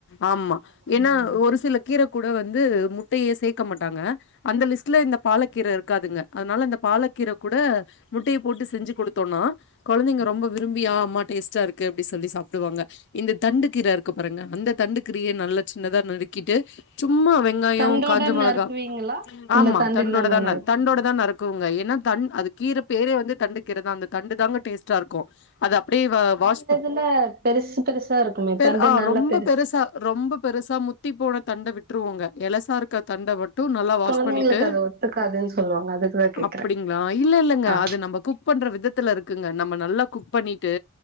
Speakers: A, on the left (about 50°); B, on the right (about 45°).
A: ஆமா! ஏன்னா? ஒரு சில கீர கூட வந்து.. முட்டயே சேக்க மாட்டாங்க.. அந்த லிஸ்ட்ல இந்த பாலக்கீர இருக்காதுங்க. அதனால அந்த பாலக்கீர கூட.. முட்டய போட்டு செஞ்சு கொடுத்தோம்னா! கொழந்தைங்க ரொம்ப விரும்பி.. ஆ. அம்மா டேஸ்டா இருக்கு அப்டினு சொல்லி சாப்டுவாங்க. இந்த தண்டு கீர இருக்கு பாருங்க, அந்த தண்டு கீரய நல்ல சின்னதா நறுக்கிட்டு சும்மாவே... வெங்காயம்,
B: தண்டோட
A: காஞ்ச மொளகா,
B: நறுக்குவீங்களா
A: ஆமா
B: இல்ல தண்டு
A: தண்டோட
B: இல்லாம
A: தான்.
B: நறு
A: தண்டோட தான் நறுக்கு.. னுங்க ஏன்னா! தண்.. அது கீர பேரே வந்து தண்டு கீரதான் அந்த தண்டுதாங்க டேஸ்ட்டாயிருக்கும். அது அப்டியே வாஸ் பண்..
B: ல்ல.. பெருசு... பெருசா இருக்குமே
A: பெர்
B: தண்டு
A: ஆ
B: நல்லா
A: ரொம்ப
B: பெருசு
A: பெருசா ரொம்ப பெருசா மு த்தி போன தண்ட விட்ருவாங்க. எலசாருக்க தண்ட மட்டு... ம் நல்லா வாஷ்
B: கொழந்தைங்களுக்கு
A: பண்ணிட்டு
B: அது ஒத்துக்காதுன்னு சொல்லுவாங்க அதுக்குதா கேக்குறே
A: அப்டிங்களா இல்ல இல்லங்க
B: ஆ
A: அது நம்ம குக் பண்ற விதத்துல இருக்குங்க நம்ம நல்லா குக் பண்ணிட்டு